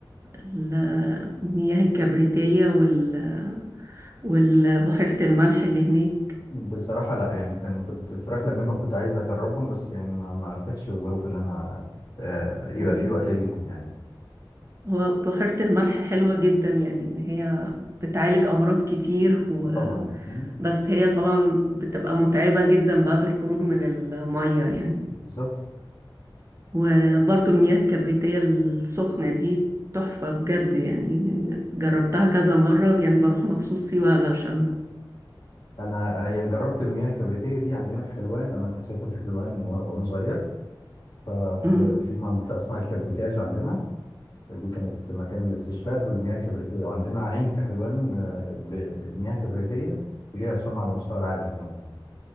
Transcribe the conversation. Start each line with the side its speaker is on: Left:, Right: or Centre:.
Right: المياه الكبريتية وال والبحيرة الملح اللي هناك
Left: بصراحة لأ يعني كان كنت في رحلة منهم كنت عايز أجربهم بس يعني ما ما أتيحش الظروف إن أنا آه، يبقى
Right: مم.
Left: في وقت ليهم يعني
Right: هو بحيرة الملح حلوة جدا يعني إن هي بتعالج أمراض كتير و...
Left: طبعا مم.
Right: بس هي طبعا بتبقى متعبة جدا بعد الخروج من المية يعني
Left: بالظبط
Right: وبرضو المياه الكبريتية السخنة دي تحفة بجد يعني جربتها كذا مرة يعني بروح مخصوص سيوة علشانها
Left: أنا آه، يعني جربت المياه الكبريتية دي عندنا في حلوان لأن أنا كنت ساكن في حلوان وأنا وأنا صغير ففي
Right: مم.
Left: في منطقة اسمها الكبريتاج عندنا دي كانت مكان الاستشفاء بالمياه الكبريتية وعندنا عين في حلوان آه، بمياه كبريتية ليها سمعة على مستوى العالم كمان